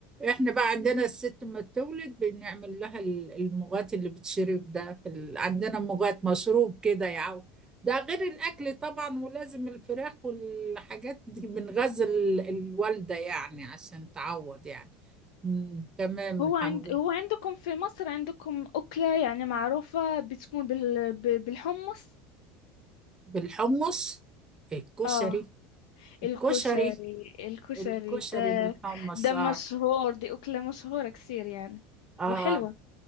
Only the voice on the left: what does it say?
هو
عند
هو عندكم في مصر عندكم أكلة يعني معروفة بتكون بال... ب- بالحمص
اه
الكشري الكشري
ده
ده
مشهور دي أكلة مشهورة كثير يعني
وحلوة